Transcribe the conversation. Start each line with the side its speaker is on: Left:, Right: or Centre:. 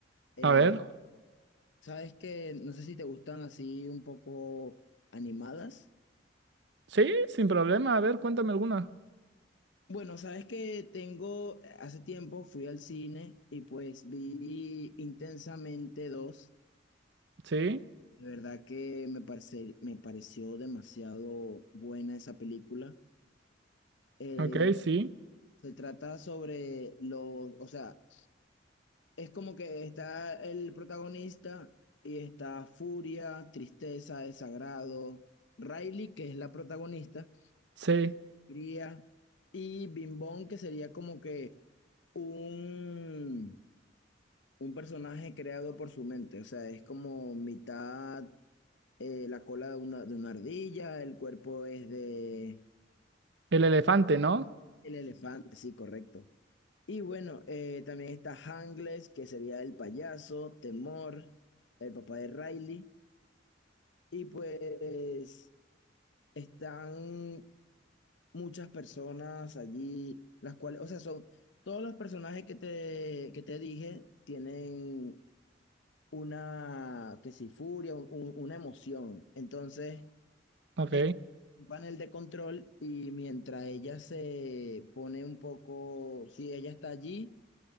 Left: Eh,
Right: A ver.
Left: sabes que, no sé si te gustan así un poco animadas.
Right: Sí, sin problema. A ver, cuéntame alguna.
Left: Bueno, sabes que tengo, hace tiempo fui al cine y pues vi Intensamente dos.
Right: Sí,
Left: De verdad que me parece, me pareció demasiado buena esa película. Eh,
Right: ok, sí,
Left: Se trata sobre los, o sea, es como que está el protagonista y está furia, tristeza, desagrado, Riley, que es la protagonista,
Right: sí.
Left: Cría, y Bimbón, que sería como que un, un personaje creado por su mente, o sea, es como mitad eh, la cola de una, de una ardilla, el cuerpo es de
Right: El elefante, ¿no?
Left: el elefante, sí, correcto. Y bueno, eh, también está Hangles, que sería el payaso, Temor, el papá de Riley. Y pues están muchas personas allí, las cuales, o sea, son todos los personajes que te, que te dije tienen una, que si furia, un- un- una emoción. Entonces,
Right: Ok.
Left: es un panel de control y mientras ella se pone un poco, si ella está allí.